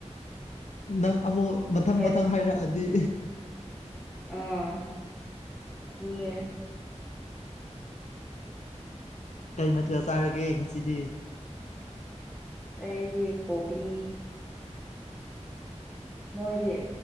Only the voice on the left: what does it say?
ꯅꯪ ꯑꯃꯨꯛ ꯃꯊꯪ
ꯃꯊꯪ ꯍꯥꯏꯔꯛꯑꯗꯤ
ꯀꯩ ꯃꯊꯦꯜ ꯆꯥꯔꯒꯦ ꯌꯦꯡꯤꯁꯤꯗꯤ